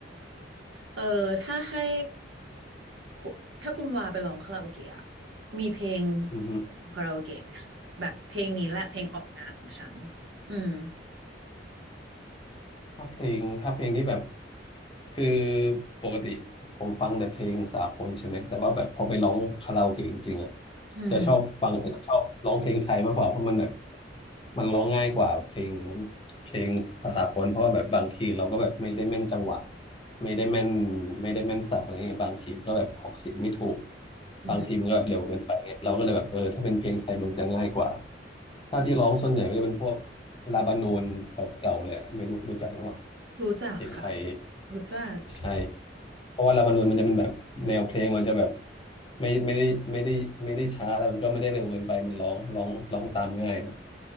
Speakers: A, on the right; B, on the left.
A: เออถ้าให้คุถ้าคุณวาไปร้องคาราโอเกะอะมีเพลง
B: อือฮึ
A: คาราโอเกะไหมแบบเพลงนี้แหละเพลงออกงานของฉันอืม
B: ถ้าเพลงถ้าเพลงที่แบบคือปกติ ผมฟังแต่เพลงสากลใช่ไหมแต่ว่าแบบพอไปร้องคาราโอเกะจริงๆอ่ะ
A: อืม
B: จะชอบฟังชอบร้องเพลงไทยมากกว่าเพราะมันแบบมันร้องง่ายกว่าเพลงเพลงภาษากลเพราะว่าแบบบางทีเราก็แบบไม่ได้แม่นจังหวะไม่ได้แม่นไม่ได้แม่นศัพท์อะไรเงี้ยบางทีก็แบบออกเสียงไม่ถูก
A: อืม
B: บางทีมันก็แบบเร็วเกินไปเงี้ยเราก็เลยแบบเออถ้าเป็นเพลงไทยมันจะง่ายกว่าถ้าที่ร้องส่วนใหญ่ก็จะเป็นพวกลาบานูนเก่าๆแหละไม่รู้รู้จักหรือเปล่า
A: รู้จักค่ะ
B: เพลงไทย
A: รู้จัก
B: ใช่ เพราะว่าลาบานูนมันจะเป็นแบบแนวเพลงมันจะแบบไม่ไม่ได้ไม่ได้ไม่ได้ช้าแล้วมันก็ไม่ได้เร็วเกินไปมันร้องร้องร้องตามง่ายครับ